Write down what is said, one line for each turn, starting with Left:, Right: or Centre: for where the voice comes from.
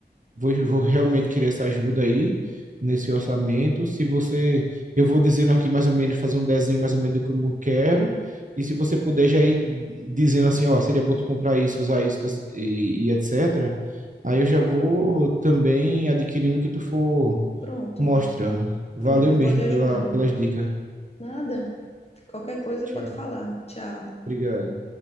Right: vou, vou realmente querer essa ajuda aí nesse orçamento. Se você, eu vou dizendo aqui mais ou menos, fazer um desenho mais ou menos do que eu quero. E se você puder já ir dizendo assim, ó, seria bom tu comprar isso, usar isso e, e etc. Aí eu já vou também adquirindo o que tu for
Left: Pronto,
Right: mostrando. Valeu
Left: pronto, eu
Right: mesmo
Left: vou te ajudando.
Right: pela, pelas dicas.
Left: Nada. Qualquer coisa
Right: Tchau.
Left: pode falar. Tchau.
Right: Obrigado.